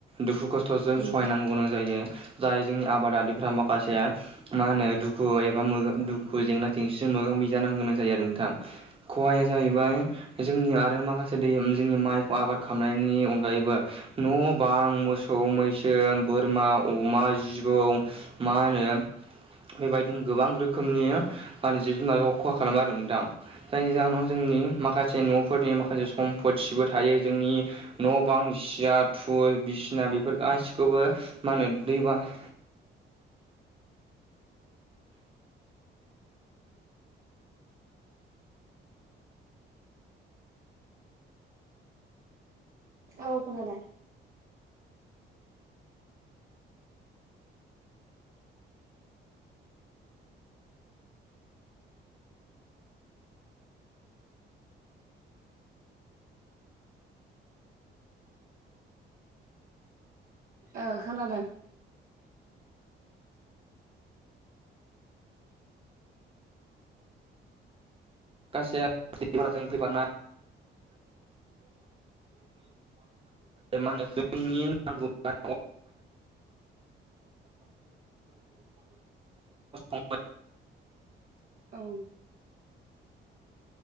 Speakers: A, on the right; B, on the right.
A: दुखु खस्थ'जों
B: उम
A: सहायनांगौ गोनां जायो जाय जोंनि आबादारिफ्रा माखासे मा होनो दुखु एबा मो दुखु जेंना-जेंसिजों मोगा-मोगि जानो गोनां जायो आरो नोंथां खहाया जाहैबाय जोंनि आरो माखासे दै उम जोंनि माइखौ आबाद खामनायनि अनगायैबो न' बां मोसौ, मैसो, बोरमा, अमा, जिबौ मा होनो बेबायदिनो गोबां रोखोमनि माने जिब-जुनारखौ खहा खालामो आरो नोंथां। जायनि जाहोनाव जोंनि माखासे न'फोरनि माखासे सम्पथिबो थायो जोंनि न' बां सियार थुल बिसिना बेफोर गासिखौबो मा होनो दैबाना
B: औ खोनादों ओ खोनादों
A: <unintelligible> जोंनि फैबाय मा होनो जोंनि नांगौ <unintelligible> <unintelligible>
B: औ